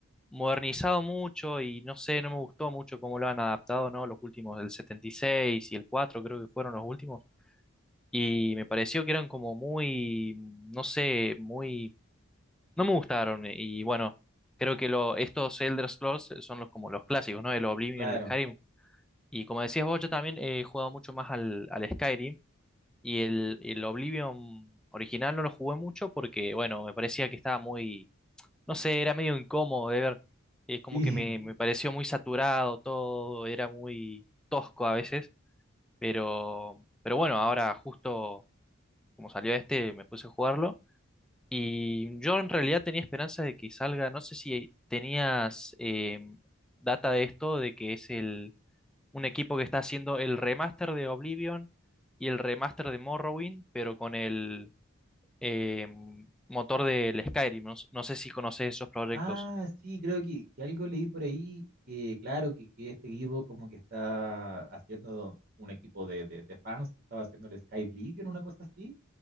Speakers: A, in the centre; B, on the right.
A: modernizado mucho y no sé, no me gustó mucho cómo lo han adaptado, ¿no? Los últimos del setenta y seis y el 4 creo que fueron los últimos. Y me pareció que eran como muy, no sé, muy no me gustaron, eh, y bueno, creo que lo, estos Elder Scrolls eh, son los como los clásicos, ¿no? El Oblivion,
B: Claro,
A: el Skyrim. Y como decías vos, yo también he jugado mucho más al, al Skyrim, y el, el Oblivion original no lo jugué mucho porque, bueno, me parecía que estaba muy, no sé, era medio incómodo de ver. Es como
B: sí.
A: que me, me pareció muy saturado todo, era muy tosco a veces, pero, pero bueno, ahora justo como salió este, me puse a jugarlo. Y yo en realidad tenía esperanza de que salga, no sé si tenías eh, data de esto, de que es el, un equipo que está haciendo el remaster de Oblivion y el remaster de Morrowind, pero con el eh, motor del Skyrim. No, s- no sé si conoces esos proyectos.
B: Ah, sí, creo que, que algo leí por ahí que, claro, que, que este equipo como que está haciendo un equipo de, de, de fans, que estaba haciendo el Sky en una cosa así